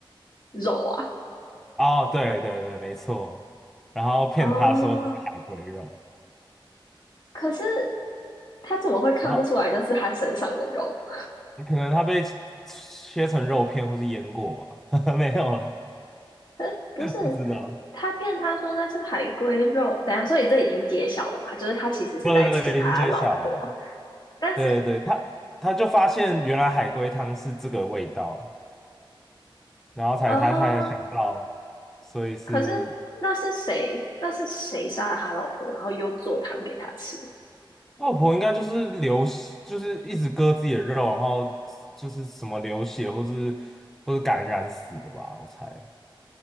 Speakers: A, on the left (about 55°); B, in the centre.
A: 肉啊？
B: 哦，对对对，没错，然后骗他说这是海龟肉，
A: 哦，可是他怎么会看不出来那是他身上的肉？
B: 然后可能他被切成肉片或是腌过吧，<laughs> 没有了，
A: <laughs> 呃不是，
B: 不知道，
A: 他骗他说那是海龟肉，等一下，所以这已经揭晓了嘛？就是他其实是在吃他老婆，
B: 不不不，已经揭晓了。
A: 但是
B: 对对对，他他就发现原来海龟汤是这个味道，然后才他他才想到，
A: 哦，
B: 所以是
A: 可是那是谁？那是谁杀了他老婆，然后又做汤给他吃？
B: 外婆应该就是流血，就是一直割自己的肉，然后就是什么流血或是或是感染死的吧，我猜。